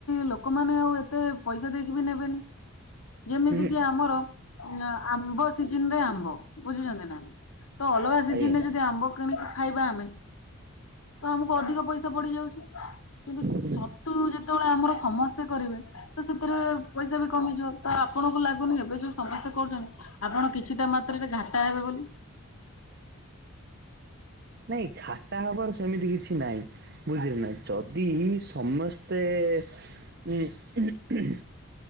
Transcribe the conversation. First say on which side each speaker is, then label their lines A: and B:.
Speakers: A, on the left; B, on the right.
A: ଲୋକମାନେ ଆଉ ଏତେ ପଇସା ଦେଇକି ବି ନେବେନି। ଯେମିତି
B: ହୁଁ
A: କି ଆମର ଆମ୍ବ ସିଜନରେ ଆମ୍ବ ବୁଝୁଛନ୍ତି ନା। ତ ଅଲଗା ସିଜନ
B: ଆଜ୍ଞା
A: ରେ ଯଦି ଆମ୍ବ କିଣିକି ଖାଇବା ଆମେ ତ ଆମକୁ ଅଧିକ ପଇସା ପଡି ଯାଉଛି। କିନ୍ତୁ
B: ହୁଁ।
A: ଛତୁ ଯେତେବେଳେ ଆମର ସମସ୍ତେ କରିବେ। ତ ସେଥିରେ ପଇସା ବି କମିଯିବ ତ ଆପଣଙ୍କୁ ଲାଗୁନି ଏବେ ଯୋଉ ସମସ୍ତେ କରୁଛନ୍ତି ଆପଣ କିଛିଟା ମାତ୍ରାରେ ଘାଟା ହେବେ ବୋଲି।
B: ନାଇଁ ଘାଟା ହବାର ସେମିତି କିଛି ନାଇଁ ବୁଝିଲେ ନା ଯଦି ସମସ୍ ତେ ହୁଁ--ହୁଁ ହୁଁ